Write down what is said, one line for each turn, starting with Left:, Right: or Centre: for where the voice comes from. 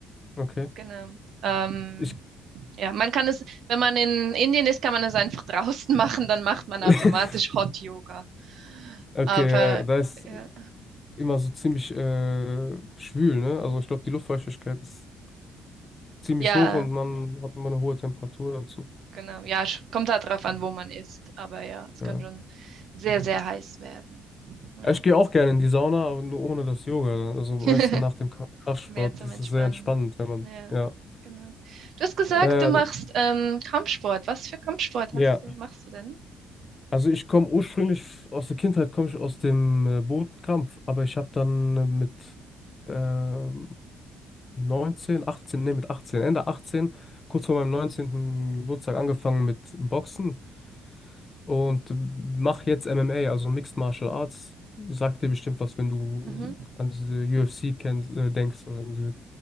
Left: okay.
Right: Genau. Ähm,
Left: Ich,
Right: ja, man kann es, wenn man in Indien ist, kann man es einfach <laughs> draußen machen, dann macht man
Left: <laughs>
Right: automatisch Hot Yoga.
Left: okay,
Right: Aber
Left: ja, ja, da ist
Right: ja,
Left: immer so ziemlich äh, schwül, ne? Also, ich glaube, die Luftfeuchtigkeit ist ziemlich
Right: ja,
Left: hoch und man hat immer eine hohe Temperatur dazu.
Right: genau, ja, sch- kommt halt drauf an, wo man ist. Aber ja, es
Left: Ja.
Right: kann schon sehr, sehr heiß werden. Ja,
Left: Ja, Ich gehe auch gerne in die Sauna, aber nur ohne das Yoga. dann. Also, am
Right: <laughs>
Left: besten nach dem Ka- Kraftsport.
Right: mehr zum
Left: Das
Right: Entspannen.
Left: ist sehr entspannend, wenn man,
Right: Ja,
Left: ja.
Right: genau. Du hast gesagt,
Left: Äh,
Right: du machst ähm, Kampfsport. Was für Kampfsport
Left: ja.
Right: hast du, machst du denn?
Left: Also ich komme ursprünglich f- aus der Kindheit, komme ich aus dem äh, Bodenkampf, aber ich habe dann äh, mit ähm, 19, 18, nee, mit 18, Ende 18, kurz vor meinem 19. Geburtstag angefangen mit Boxen und mache jetzt MMA, also Mixed Martial Arts. Sagt dir bestimmt was, wenn du
Right: Mhm.
Left: an diese UFC kennst, äh, denkst oder an diese